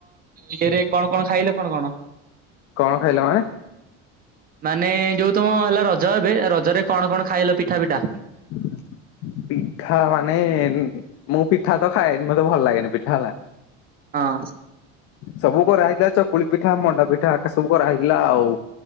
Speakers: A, on the right; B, on the left.
A: ଇଏରେ କଣ କଣ ଖାଇଲ କଣ କଣ?
B: କଣ ଖାଇଲ ମାନେ?
A: ମାନେ ଯୋଉ ତମ ହେଲା ରଜ ଏବେ ରଜରେ କଣ କଣ ଖାଇଲ ପିଠା ପିଠା।
B: <inaudible> ପିଠା ମାନେ ମୁଁ ପିଠା ତ ଖାଏନି ମତେ ଭଲ ଲାଗେନି ପିଠା ହେଲା।
A: ହଁ।
B: ସବୁ କରାହେଇଥିଲା ଚକୁଳି ପିଠା, ମଣ୍ଡାପିଠା ସବୁ କରାହେଇଥିଲା ଆଉ